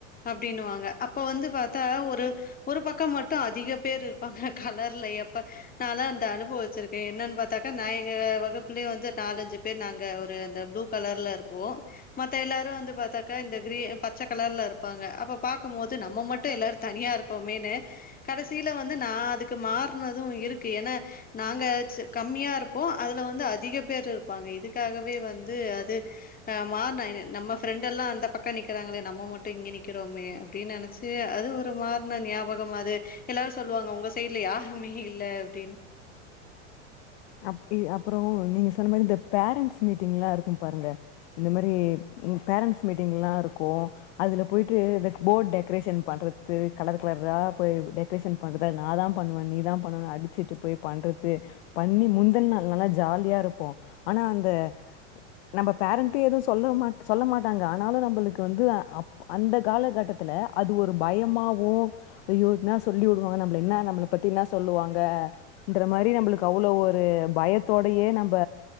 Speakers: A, on the left; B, on the left.
A: அப்டின்னுவாங்க அப்ப வந்து பாத்தா ஒரு ஒரு பக்க மட்டு அதிக பேர் இருப்பாங்க கலர்ல எப்ப நா லா இந்த அனுபவச்சிருக்கெ என்னன்னு பாத்தாக்கா நா எங்க வகுப்புலயே வந்து நாலஞ்சு பேர் நாங்க ஒரு ஒரு அந்த ப்ளூ கலர்ல இருப்போ மத்த எல்லாரு வந்து பாத்தாக்கா இந்த கிரீ பச்ச கலர்ல இருப்பாங்க அப்ப பாக்கும்போது நம்ம மட்டு எல்லாரு தனியா ப்பமேனு கடசீல வந்து நா அதுக்கு மாற்னது இருக்கு ஏன்னா நாங்க கம்மியா இருப்போ அதுல வந்து அதிக பேர் இருப்பாங்க இதுக்காகவே வந்து அது மாற்ன நம்ம ஃப்ரெண்டெல்லா அந்த பக்க நிக்றாங்களே நம்ம மட்டு இங்க நிக்கிறோமே அப்டின்னு நெனச்சு சரி அது ஒரு மார்ன ஞாபகம் அது எல்லாரு சொல்லுவாங்க உங்க சைடல யாருமே இல்ல அப்டின்னு
B: அப்டி அப்பறொ நீங்க சொன்ன மாரி இந்த பேரண்ட்ஸ் மீட்டிங்லா இருக்கும் பாருங்க இந்த மாரி பேரண்ட்ஸ் மீட்டிங்லா இருக்கு அதுல போயிட்டு இந்த போர்ட் டெக்கரேஷன் பண்றது கலர் கலரா போய் பரேஷன் பண்றத நா தா பண்ணுவெ நீ தா பண்ணனு அடிச்சுட்டு போய் பண்றது பண்ணி முந்தின் நாள் நல்லா ஜாலியா இருப்போ ஆனா அந்த நம்ம பேரண்ட்டு எதுவு சொல்ல மாட் சொல்ல மாட்டாங்க ஆனாலு நம்மளுக்கு வந்து அப் அந்த காலகட்டத்துல அது ஒரு பயமாவோ ஐயோ என்ன சொல்லி வுடுவாங்க நம்ம என்ன நம்மல பத்தினா சொல்லுவாங்க ன்ற மாரி நம்மளுக்கு அவ்வளவு ஒரு பயத்தோடையே நம்ப